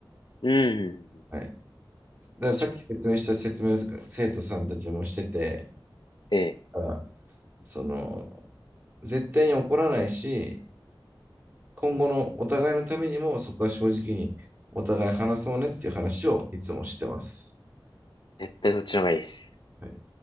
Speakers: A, on the left; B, on the right.
A: うんうんうん。
B: はい。だからさっき説明した説明を生徒さんたちもしてて、
A: いいえ
B: だからその、絶対に怒らないし、今後のお互いのためにもそこは正直にお互い話そうねっていう話をいつもしてます。
A: え、絶対そっちの方がいいです。
B: はい